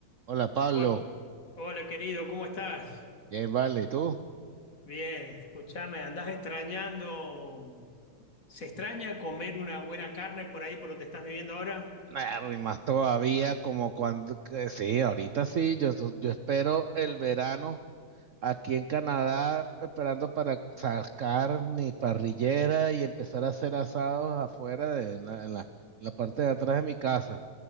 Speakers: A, on the right; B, on the left.
A: Hola Pablo,
B: Hol- Hola, querido, ¿cómo estás?
A: bien vale, ¿y tú?
B: Bien, escúchame, andás extrañando. ¿Se extraña comer una buena carne por ahí, por donde estás viviendo ahora?
A: Nah, y más todavía como cuando, que sí, ahorita sí, yo, so- yo espero el verano aquí en Canadá, esperando para sacar mi parrillera y empezar a hacer asados afuera de en la, en la, en la parte de atrás de mi casa